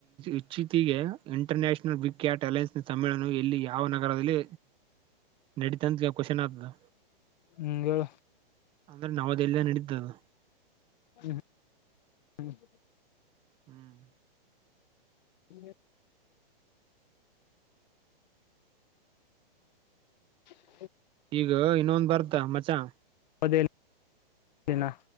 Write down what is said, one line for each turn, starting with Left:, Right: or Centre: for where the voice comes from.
Right: ಇಚೀಚೆಗೆ ಇಂಟರ್ನ್ಯಾಷನಲ್ ಬಿಗ್ ಕ್ಯಾಟ್ ಅಲೈನ್ಸ್ ಸಮ್ಮೇಳನ ಇಲ್ಲಿ ಯಾವ ನಗರದಲ್ಲಿ ನೆಡಡಿ ತಾನ ಕಶನಾತ
Left: ಹ್ಮ ಹೇಳ
Right: ಅಂದ್ರೆ ನವದೆಲ್ಲ ನಡೀಿದ್ದದು
Left: ಹ್ಮ್ ಹ್ಮ್
Right: ಹ್ಮ್
Left: ಹ ಹ
Right: ಈಗ ಇನ್ನೊಂದ ಬರ್ತಾ ಮಚಾ
Left: ಹದನಾ